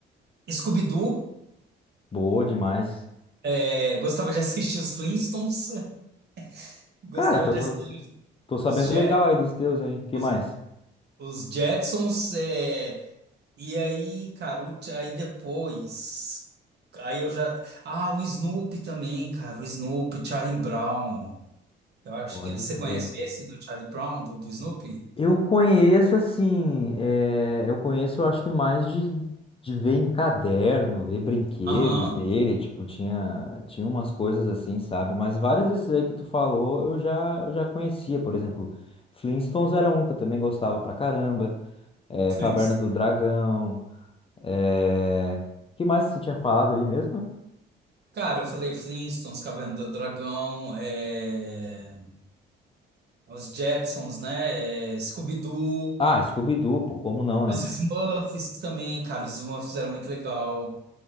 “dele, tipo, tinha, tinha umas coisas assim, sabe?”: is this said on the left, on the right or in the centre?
Left